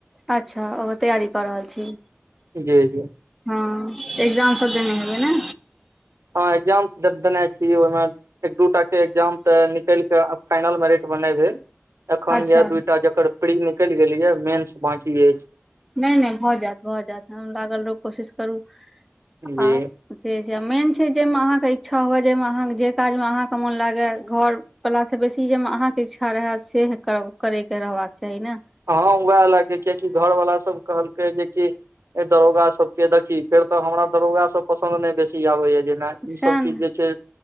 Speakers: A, in the centre; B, on the right.
A: अच्छा ओकर तैयारी कऽ रहल छी।
B: जी जी
A: हँ एग्जाम सब देने हेबै ने
B: हँ एग्जाम दे देने छी ओहिमे एक दूटा के एग्जाम तऽ निकेल के आ फाइनल मेरिट बनेबे एखन
A: अच्छा
B: य दुटा जकर प्री निकलि गेलै या मेन्स बाकी अछि
A: नहि नहि भऽ जायत भऽ जायत एकदम लागल रहौ कोशिश करू
B: जी
A: आ से छै मेन छै जाहिमे अहाँके इच्छा हुए जाहिमे अहाँ जे काजमे अहाँके मोन लागय घर पलासँ बेसी जाहिमे अहाँके इच्छा रहय से कर करयके रहबाक चाही नऽ
B: हँ उएह लएक कियकि घर वाला सब कहलकै जेकि ए दरोगा सब के देखी फेर तऽ हमरा दरोगा सब पसंन्द ने बेसी आबे या जे ना
A: सएह
B: ई सब
A: ने
B: चीज जे छै